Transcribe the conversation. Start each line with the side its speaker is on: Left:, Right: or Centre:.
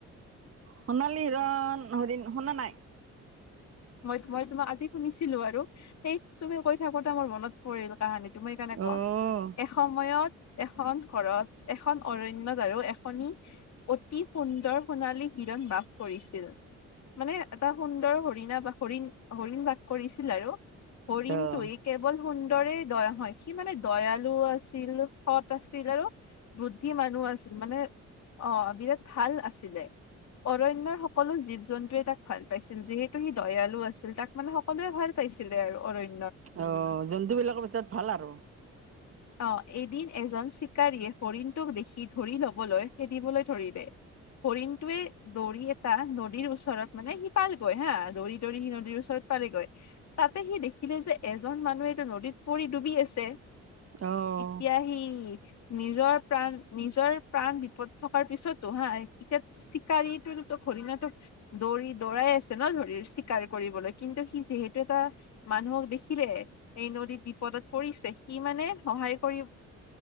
Right: সোণালী হিৰণ হৰিণ শুনা নাই।
Left: মই মই তোমাক আজি শুনিছিলো আৰু সেই তুমি কৈ থাকোতে মোৰ মনত পৰিল কাহানী মই সেইকাৰণে কম
Right: অ',
Left: এসময়ত এখন ঘৰত এখন অৰণ্যত আৰু এখনি অতি সুন্দৰ সোণালী হিৰণ বাস কৰিছিল মানে এটা সুন্দৰ হৰিণা হৰিণ-হৰিণ বাস কৰিছিল আৰু হৰিণটো
Right: অ',
Left: কেৱল সুন্দৰে দয়া হয় সি মানে দয়ালু আছিল, সট আছিল আৰু বুদ্ধি মানুহ আছিল মানে অ, বিৰাট ভাল আছিলে। অৰণ্যৰ সকলো জীৱ জন্তুয়ে তাক ভাল পাইছিল যিহেতু সি দয়ালু আছিল তাক মানে সকলোৱে ভাল পাইছিলে আৰু অৰণ্য
Right: অ, জন্তু বিলাকৰ ভিতৰত ভাল আৰু।
Left: অ, এদিন এজন চিকাৰীয়ে হৰিণটোক দেখি ধৰি লবলৈ খেদিবলৈ ধৰিলে। হৰিণটোৱে দৌৰি এটা নদীৰ ওচৰত মানে সিপালগৈ হা দৌৰি দৌৰি সি নদীৰ ওচৰত পালেগৈ তাতে সি দেখিলে যে এজন মানুহে এইটো নদীত পৰি ডুবি আছে।
Right: অ',
Left: ইতিয়া হি নিজৰ প্ৰাণ, নিজৰ প্ৰাণ বিপদ থকাৰ পিছতো হা এতিয়াটো চিকাৰীটো হৰিণাটোক দৌৰি দৌৰাই আছে ন' ধৰি চিকাৰ কৰিবলৈ কিন্তু সি যিহেতু এটা মান মানুহক দেখিলে, এই নদীত বিপদত পৰিছে সি মানে সহায় কৰিব